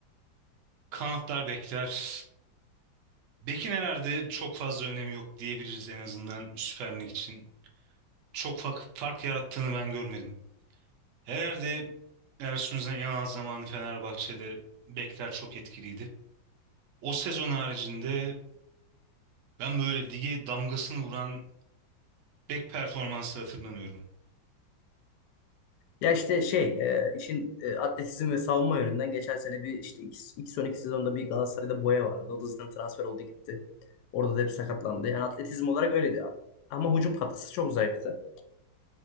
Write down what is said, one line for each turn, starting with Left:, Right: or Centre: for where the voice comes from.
Right: Kanatlar bekler. Bekin herhalde çok fazla önemi yok diyebiliriz en azından Süper Lig için. Çok fa- fark yarattığını ben görmedim. Herhalde Ersun Yanal zamanı Fenerbahçe'de bekler çok etkiliydi. O sezon haricinde ben böyle lige damgasını vuran bek performansı hatırlamıyorum.
Left: Ya işte şey e, işin e, atletizm ve savunma yönünden geçen sene bir işte iki ilk son iki sezonda bir Galatasaray'da Boya vardı. O da zaten transfer oldu gitti. Orada da hep sakatlandı. Yani atletizm olarak öyleydi. Ama hücum katkısı çok zayıftı.